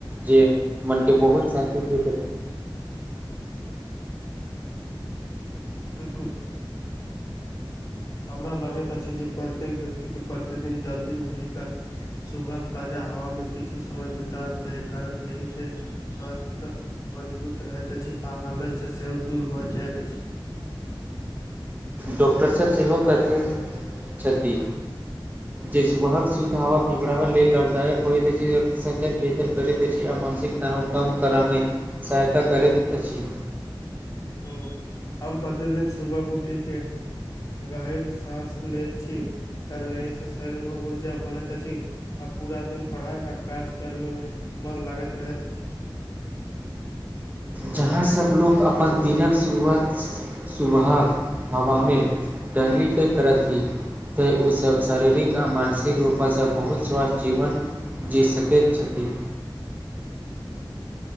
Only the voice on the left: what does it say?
बिलकुल हमरा लागैत अछि जे प्रत्येक व्यक्ति के प्रतिदिन जल्दी उठि कर सुबह ताजा हवामे किछु समय बितब चाही कारण एहिसँ स्वास्थ्य मजबूत रहैत अछि आ आलस्य सेहो दूर भऽ जाइत अछि
<inaudible>
ह्म हम प्रतिदिन सुबह क उठि के गहर साँस लेैत छी कारण एहिसँ शरीर मे ऊर्जा बनैत अछि आ पूरा दिन पढ़ाई आ काज करे मे मन लागैत रहैत